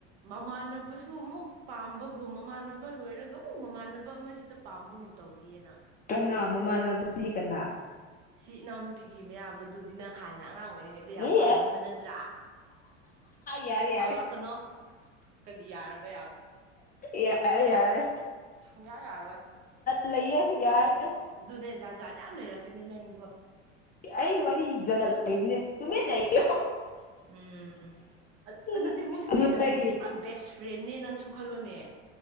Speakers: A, on the right; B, on the left.
A: ꯃꯃꯥꯟꯅꯕꯁꯨ ꯑꯃꯨꯛ ꯄꯥꯝꯕꯒꯨꯝ ꯃꯃꯥꯟꯅꯕ ꯂꯣꯏꯔꯒ ꯑꯃꯨꯛ ꯃꯃꯥꯟꯅꯕ ꯑꯃꯁꯤꯗ ꯄꯥꯝꯕꯒꯨꯝ ꯇꯧꯔꯤꯌꯦ ꯅꯪ
B: ꯀꯅꯥ ꯃꯃꯥꯟꯅꯕ ꯗꯤ ꯀꯅꯥ
A: ꯁꯤ ꯏꯅꯥꯎꯅꯨꯄꯤꯒꯤ ꯃꯌꯥꯝꯕꯗꯨꯗꯤ ꯅꯪ ꯍꯥꯟꯅ ꯑꯉꯥꯡ ꯑꯣꯏꯔꯤꯉꯩꯗ
B: ꯎꯝ
A: ꯌꯥꯝ ꯄꯥꯝꯂꯝꯝꯕ ꯅꯠꯇ꯭ꯔꯥ
B: ꯌꯥꯔꯦ ꯌꯥꯔꯦ
A: ꯍꯧꯔꯛꯀꯅꯣ ꯀꯔꯤ ꯌꯥꯔꯕ
B: ꯌꯥꯔꯦ ꯌꯥꯔꯦ
A: ꯁꯨꯡꯉꯥꯏ ꯌꯥꯔꯣꯏ
B: ꯂꯩ ꯌꯥꯔ
A: ꯑꯗꯨꯨꯅꯦ ꯖꯥ ꯖꯥꯠ ꯌꯥꯝ ꯂꯩꯔꯛꯀꯅꯤ ꯅꯪ
B: ꯑꯩ ꯋꯥꯔꯤ ꯖꯂ ꯂꯩꯅꯦ ꯇꯨꯃꯦ ꯂꯩꯌꯦ
A: ꯎꯝ ꯑꯗꯨ
B: ꯎꯝ
A: ꯅꯠꯇꯦ ꯃꯣꯏꯁꯨ
B: ꯑꯗꯨ
A: ꯇꯤꯟꯅꯔꯤꯕꯅꯤ
B: ꯍꯥꯏꯗꯤ
A: ꯄꯨꯔꯥ ꯕꯦꯁ ꯐ꯭ꯔꯦꯟꯅꯦ ꯅꯪꯁꯨ ꯈꯜꯂꯣꯅꯦ